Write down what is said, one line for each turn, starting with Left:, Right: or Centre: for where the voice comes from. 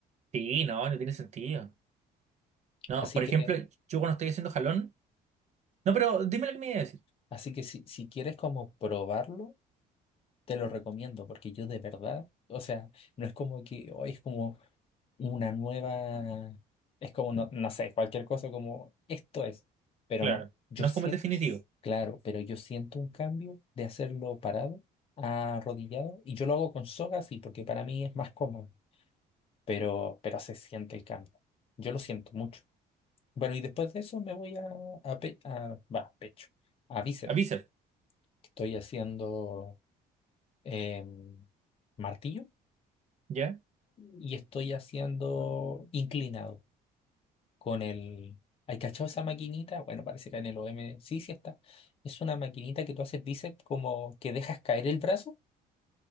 Right: Sí, no, no tiene sentido. No,
Left: Así
Right: por
Left: que,
Right: ejemplo, yo cuando estoy haciendo jalón. No, pero dime lo que me iba a decir.
Left: así que si, si quieres como probarlo, te lo recomiendo, porque yo de verdad, o sea, no es como que hoy es como una nueva, es como, no, no sé, cualquier cosa como esto es, pero
Right: Claro.
Left: no, yo
Right: No
Left: siento,
Right: es como el definitivo.
Left: claro, pero yo siento un cambio de hacerlo parado, arrodillado, y yo lo hago con soga, sí, porque para mí es más cómodo, pero, pero se siente el cambio, yo lo siento mucho. Bueno, y después de eso me voy a, a, pe- a- va, pecho, a bíceps,
Right: A bíceps,
Left: estoy haciendo em, martillo
Right: ¿ya?
Left: y estoy haciendo inclinado. con el... ¿Hay cachado esa maquinita? Bueno, parece que en el OM sí, sí está. Es una maquinita que tú haces bíceps como que dejas caer el brazo.